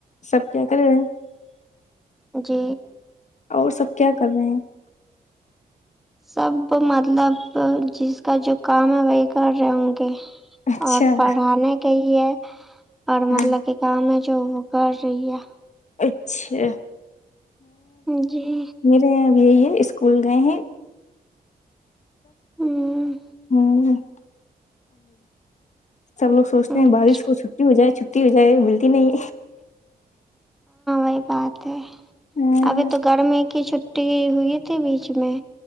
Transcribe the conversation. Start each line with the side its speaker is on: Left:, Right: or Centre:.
Left: سب کیا کرے ہیں
Centre: جی
Left: اور سب کیا کر رہے ہیں
Centre: سب مطلب جس کا جو کام ہے وہی کر رہے ہوں گے
Left: اچھا
Centre: اور پڑھانے گایئ ہے اور
Left: ہاں
Centre: مطلب کہ کام ہے جو وہ کر رہی ہے
Left: اچھا
Centre: جی
Left: اب یہی ہے اسکول گئے ہیں
Centre: ہ
Left: <unintelligible> سب لوگ سوچتے ہیں
Centre: اچھا
Left: بارش ہوں چھٹی ہو جائے چھٹی ہو جائے ملتی نہیں
Centre: صحیح بات ہے
Left: ہاں
Centre: ابھی تو گرمی کی چھٹی ہوئی تھی بیچ میں